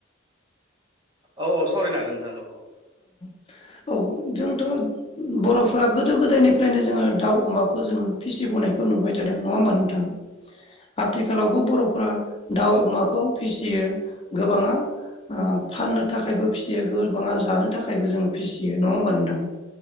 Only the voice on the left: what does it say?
औ जोंथ' बर'फोरा गोदो गोदायनिफ्रायनो जोङो दाउ अमाखौ जोङो फिसि बोनायखौ नुबाय थादों नङा होमबा नोंथां? आथिखालावबो बर'फ्रा दाउ
अमाखौ फिसियो गोबाङा ओ फाननो थाखायबो फिसियो गोबाङा जानो थाखायबो जों फिसियो नङा होमबा नोंथां?